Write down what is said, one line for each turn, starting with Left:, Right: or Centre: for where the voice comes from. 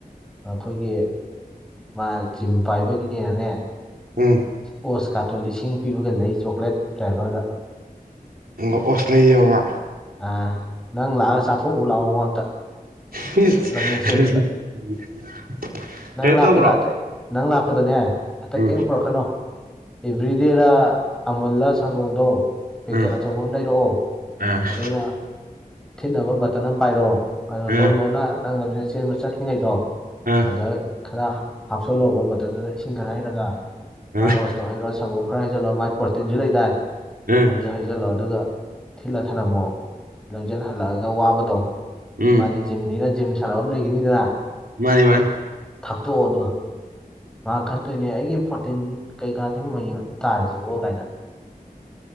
Centre: ꯑꯩꯈꯣꯏꯒꯤ ꯃꯥ ꯖꯤꯝ ꯄꯥꯏꯕꯒꯤꯅꯦꯅꯅꯦ
Right: ꯎꯝ
Centre: ꯑꯣꯁ ꯀꯥꯇꯣ ꯂꯤꯁꯤꯡ ꯄꯤꯕꯒ ꯂꯩ ꯆꯣꯀ꯭ꯂꯦꯠ ꯐ꯭ꯂꯦꯚꯔꯗ
Right: ꯑꯣꯠꯁ ꯂꯩꯌ‌ꯦꯕ ꯃꯥ
Centre: ꯑ ꯅꯪ ꯂꯥꯛꯑꯒ ꯆꯥꯊꯣꯛꯎ ꯂꯥꯛꯑꯣ ꯑꯝꯇ
Right: <unintelligible>
Centre: ꯂꯝꯖꯦꯟ ꯆꯦꯟꯕꯗ ꯅꯪ ꯂꯥꯛꯄꯗ
Right: ꯇꯧꯕ꯭ꯔꯣ
Centre: ꯑꯇꯩ ꯅꯪ ꯂꯥꯛꯄꯗꯅꯦ ꯑꯇꯩ
Right: ꯎꯝ
Centre: ꯀꯩꯝ ꯄꯨꯔꯛꯀꯅꯣ ꯑꯦꯕ꯭ꯔꯤꯗꯦꯔꯥ ꯑꯃꯨꯜꯂ ꯁꯪꯒꯣꯝꯗꯣ ꯄꯦꯀꯦꯠ
Right: ꯎꯝ
Centre: ꯑꯆꯧꯕ ꯑꯃ ꯂꯩꯔꯛꯑꯣ
Right: ꯑꯥ
Centre: ꯑꯗꯨꯒ ꯊꯤꯠꯅꯕ ꯕꯇꯟ ꯑꯃ ꯄꯥꯏꯔ‌ꯣ ꯑꯗ‌ꯣ
Right: ꯑꯥ
Centre: ꯂꯣꯟ ꯂꯣꯟꯅ ꯅꯪ ꯂꯝꯖ‌ꯦꯟ ꯆꯦꯟꯕ ꯆꯠꯈ꯭ꯔꯤꯉꯩꯗꯣ
Right: ꯑꯥ
Centre: ꯑꯗ ꯈꯔ ꯍꯥꯞꯆꯤꯜꯂ‌ꯧꯕ ꯕꯇꯜꯗꯨꯗ ꯏꯁꯤꯡ ꯈꯔ ꯍꯩꯔꯒ
Right: ꯑꯥ
Centre: ꯃꯥꯏ ꯑꯣꯁꯇꯣ ꯍꯩꯔꯣ ꯁꯪꯒꯣꯝ ꯈꯔ ꯍꯩꯖꯜꯂꯣ ꯃꯥꯏ ꯄ꯭ꯔꯣꯇꯤꯟꯁꯨ ꯂꯩꯗꯥꯏ
Right: ꯑꯥ
Centre: ꯑꯗꯨ ꯜꯂꯣ ꯑꯗꯨꯒ ꯊꯤꯜꯂ ꯊꯔꯝꯃꯣ ꯂꯝꯖꯦꯜ ꯍꯜꯂꯛꯑꯒ ꯋꯥꯕꯗꯣ
Right: ꯎꯝ
Centre: ꯃꯥꯅꯤ ꯖꯤꯝꯅꯤꯅ ꯖꯤꯝ ꯁꯥꯟꯅꯕ ꯑꯃ ꯂꯩꯒꯅꯤꯗꯅ
Right: ꯃꯥꯅꯤ ꯃꯥꯅꯤ
Centre: ꯊꯥꯇꯣꯛꯑꯣꯗꯣ ꯃꯥ ꯈꯟꯠꯇꯣꯏꯅꯦ ꯑꯩꯒꯤ ꯐꯣꯔꯇꯤꯟ ꯀꯩꯀꯥꯁꯤ ꯃꯌꯦꯡ ꯑꯗꯨꯝ ꯇꯥꯔꯤꯁꯤꯕꯣ ꯀꯥꯏꯅ